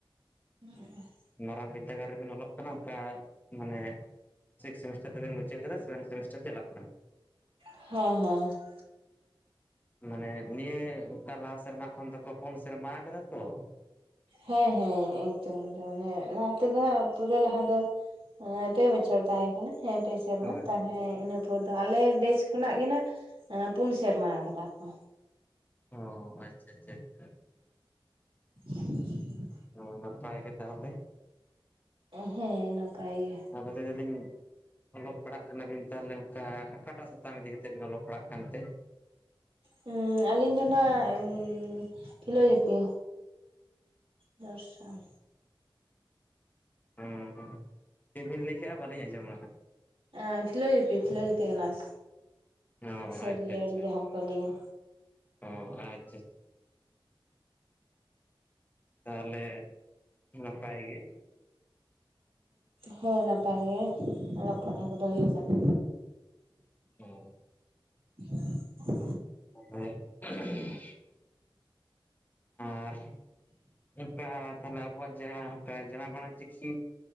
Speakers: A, on the right; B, on the left.
A: <inaudible>
B: ᱢᱟᱨᱟᱝ ᱵᱤᱫᱽᱫᱟᱹᱜᱟᱲ ᱨᱮ ᱵᱤᱱ ᱚᱞᱚᱜ ᱠᱟᱱᱟ ᱚᱱᱠᱟ ᱢᱟᱱᱮᱼᱼ ᱥᱤᱠᱥ ᱥᱮᱢᱤᱥᱴᱟᱨ ᱛᱮ ᱵᱤᱱ ᱢᱩᱪᱟᱹᱣ ᱠᱮᱫᱟ ᱥᱮᱵᱷᱮᱱ ᱥᱮᱢᱤᱥᱴᱟᱨ ᱪᱟᱞᱟᱜ ᱠᱟᱱᱟ
A: <unintelligible>
B: ᱢᱟᱱᱮ ᱱᱤᱭᱟᱹ ᱚᱱᱠᱟ ᱞᱟᱦᱟ ᱥᱮᱨᱢᱟ ᱠᱷᱚᱱ ᱫᱚ ᱠᱚ ᱯᱚᱱ ᱥᱮᱨᱢᱟ ᱠᱟᱫᱟ ᱛᱚ᱾
A: ᱦᱮᱸ ᱦᱮᱸ ᱮᱠᱫᱚᱢ ᱮᱠᱫᱚᱢ ᱢᱟᱱᱮ ᱞᱟᱦᱟ ᱛᱮᱫᱚ ᱦᱟᱸᱜ ᱯᱩᱨᱟᱹ ᱞᱟᱦᱟ ᱫᱚᱼᱼ ᱦᱮᱸ ᱯᱮ ᱵᱚᱪᱷᱚᱨ ᱛᱟᱦᱮᱸ ᱠᱟᱱᱟ ᱦᱮᱸ ᱯᱮ ᱥᱮᱨᱢᱟ
B: ᱦᱳᱭ
A: ᱛᱟᱞᱦᱮ ᱤᱱᱟᱹᱼᱼ ᱯᱚᱨ ᱫᱚ ᱟᱞᱮ ᱵᱮᱪ ᱠᱷᱚᱱᱟᱜ ᱜᱮ ᱱᱷᱟᱜ ᱯᱩᱱ ᱥᱮᱨᱢᱟ ᱟᱠᱟᱫᱟ ᱠᱚ᱾
B: ᱚ ᱟᱪᱪᱷᱟ ᱟᱪᱪᱷᱟ ᱟᱪᱪᱷᱟ᱾
A: <unintelligible>
B: ᱚᱸ ᱱᱟᱯᱟᱭ ᱜᱮ ᱛᱟᱦᱚᱞᱮ᱾
A: ᱦᱮᱸ ᱱᱟᱯᱟᱭ ᱜᱮ᱾
B: <inaudible> ᱚᱞᱚᱜ ᱯᱟᱲᱦᱟᱜ ᱠᱟᱱᱟᱵᱤᱱ ᱛᱟᱦᱚᱞᱮ ᱚᱱᱠᱟ ᱚᱠᱟᱴᱟᱜ ᱥᱟᱛᱟᱢ ᱤᱫᱤ ᱠᱟᱛᱮᱜ ᱵᱤᱱ ᱚᱞᱚᱜ ᱯᱟᱲᱦᱟᱜ ᱠᱟᱱ ᱛᱮ?
A: ᱦᱩᱸ ᱟᱹᱞᱤᱧ ᱫᱚ ᱱᱷᱟᱜ ᱯᱷᱤᱞᱳᱡᱚᱯᱤ᱾ ᱫᱚᱨᱥᱚᱱ
B: ᱚᱸ ᱦᱚᱸ ᱪᱮᱫ ᱵᱤᱱ ᱞᱟᱹᱭᱠᱮᱜ-ᱟ ᱵᱟᱹᱞᱤᱧ ᱟᱸᱡᱚᱢ ᱟᱦᱟᱸᱜ᱾
A: ᱮᱸ ᱯᱷᱤᱞᱳᱡᱳᱯᱤ ᱯᱷᱤᱞᱳᱡᱳᱯᱤ ᱚᱱᱟᱨᱥ᱾
B: ᱚᱻ
A: ᱥᱟᱹᱨᱤᱭᱟᱹᱲ
B: ᱟᱪᱪᱟ ᱟᱪᱪᱷᱟ
A: ᱡᱟᱦᱟᱸ ᱠᱚ ᱞᱟᱹᱭᱟ
B: ᱚᱻ ᱟᱪᱪᱷᱟ᱾ ᱛᱟᱦᱚᱞᱮ ᱱᱟᱯᱟᱭ ᱜᱮ?
A: ᱦᱮᱸ ᱱᱟᱯᱟᱭ ᱜᱮ ᱚᱞᱚᱜ ᱯᱟᱲᱦᱟᱜ ᱠᱚᱫᱚ ᱦᱩᱭᱩᱜ ᱠᱟᱱᱟ᱾
B: ᱚᱩᱸ
A: <unintelligible>
B: <inaudible> ᱟᱨ ᱚᱱᱠᱟ ᱛᱟᱦᱚᱞᱮ ᱟᱵᱚᱣᱟᱜ ᱡᱟᱦᱟᱸ ᱚᱱᱠᱟ ᱡᱟᱱᱟᱢ ᱟᱲᱟᱝ ᱪᱤᱠᱤᱼᱼ